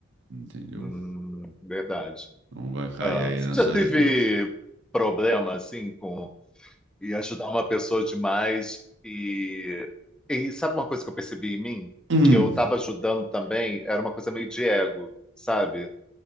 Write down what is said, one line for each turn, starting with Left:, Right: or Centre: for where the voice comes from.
Right: Entendeu?
Centre: hum, verdade.
Right: Então vai cair
Centre: Ah,
Right: aí
Centre: você
Right: nessas
Centre: já teve
Right: duas.
Centre: problema assim com e ajudar uma pessoa demais e, e sabe uma coisa que eu percebi em mim?
Right: Hum,
Centre: Que eu estava ajudando também, era uma coisa meio de ego, sabe?